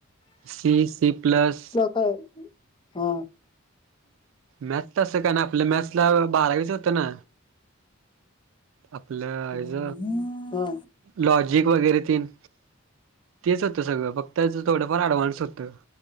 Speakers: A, on the right (about 65°); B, on the left (about 25°).
A: सी, सी प्लस
B: होय हा.
A: मॅथ तसं काय नाय आपल मॅथ्सला बारावीच तना आपल हेज
B: हम्म, हा
A: लॉजिक वगैरे तीन. तेच होतं सगळं फक्त त्याचं थोडंफार ॲडव्हान्स होतं